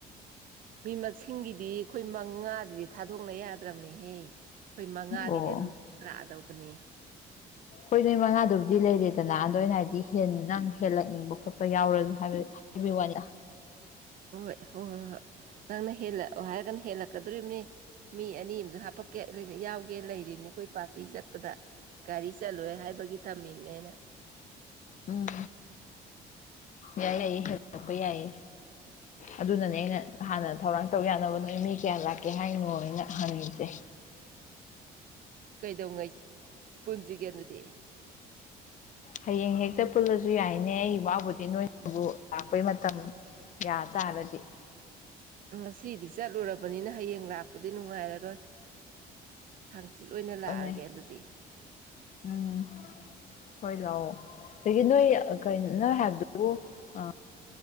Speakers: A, on the right; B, on the left.
A: ꯃꯤ ꯃꯁꯤꯡꯒꯤꯗꯤ ꯑꯩꯈꯣꯏ ꯃꯉꯥꯖꯤꯗꯤ ꯊꯥꯗꯣꯛꯅ ꯌꯥꯗ꯭ꯔꯝꯅꯦꯍꯦ ꯈꯣꯏ ꯃꯉꯥꯒꯤꯗꯤ
B: ꯑꯣ
A: ꯑꯗꯨꯝ ꯂꯥꯛꯑꯗꯧꯕꯅꯤ
B: ꯈꯣꯏ ꯃꯤ ꯃꯉꯥꯗꯨꯕꯨꯗꯤ ꯂꯩꯔꯦꯗꯅ ꯑꯗꯨ ꯑꯩꯅ ꯍꯥꯏꯗꯤ ꯍꯦ ꯅꯪ ꯍꯦꯜꯂꯛꯅꯤꯡꯕ ꯈꯣꯠꯄ ꯌꯥꯎꯔꯖꯨ ꯍꯥꯏꯕꯩ <unintelligible> ꯋꯥꯅꯤꯗꯥ
A: ꯍꯣꯏ ꯍꯣꯏ ꯍꯣꯏ ꯍꯣꯏ ꯅꯪꯅ ꯍꯦꯜꯂꯑꯣ ꯍꯥꯏꯔꯒꯅ ꯍꯦꯜꯂꯛꯀꯗꯣꯔꯤꯕꯅꯤ ꯃꯤ ꯑꯅꯤ ꯑꯝꯖꯨ ꯍꯥꯄꯀꯦ ꯌꯥꯎꯒꯦ ꯂꯩꯔꯤꯕꯅꯤ ꯑꯩꯈꯣꯏ ꯄꯥꯔꯇꯤ ꯆꯠꯄꯗ ꯒꯥꯔꯤ ꯆꯜꯂꯣꯏ ꯍꯥꯏꯕꯒꯤ ꯊꯝꯃꯤꯞꯃ‌ꯦ ꯑꯩꯅ
B: ꯎꯝ ꯌꯥꯏ ꯌꯥꯏ ꯍꯂꯛꯄ ꯌꯥꯏꯌꯦ ꯑꯗꯨꯅꯅꯦ ꯑꯩꯅ ꯍꯥꯟꯅ ꯊꯧꯔꯥꯡ ꯇꯧ ꯌꯥꯅꯕ ꯅꯣꯏ ꯃꯤ ꯀꯌꯥ ꯂꯥꯛꯀꯦ ꯍꯥꯏꯔꯤꯅꯣ ꯑꯩꯅ ꯍꯪꯅꯤꯡꯤꯁꯦ
A: ꯀꯩꯗꯉꯩ ꯄꯨꯟꯁꯤꯒꯦ ꯑꯗꯨꯗꯤ
B: ꯍꯌꯦꯡ ꯍꯦꯛꯇ ꯄꯨꯜꯂꯁꯨ ꯌꯥꯏꯅꯦ ꯑꯩ ꯋꯥꯕꯨꯗꯤ ꯅꯣꯏꯅꯕꯨ ꯅꯣꯏꯅꯕꯨ ꯂꯥꯛꯄꯩ ꯃꯇꯝ ꯌꯥ ꯇꯥꯔꯗꯤ
A: ꯉꯁꯤꯗꯤ ꯆꯠꯂꯨꯔꯕꯅꯤꯅ ꯍꯌꯦꯡ ꯂꯥꯛꯄꯗꯤ ꯅꯨꯡꯉꯥꯏꯔꯔꯣꯏ ꯍꯥꯡꯆꯤꯠ ꯂꯣꯏꯅ ꯂꯥꯛꯑꯒꯦ
B: ꯍꯣꯏꯅꯦ
A: ꯑꯗꯨꯗꯤ
B: ꯎꯝ ꯍꯣꯏ ꯂꯥꯛꯑꯣ ꯑꯗꯒꯤ ꯅꯣꯏ ꯀꯩꯅ ꯅꯪ ꯍꯥꯏꯕꯗꯨꯕꯨ ꯑ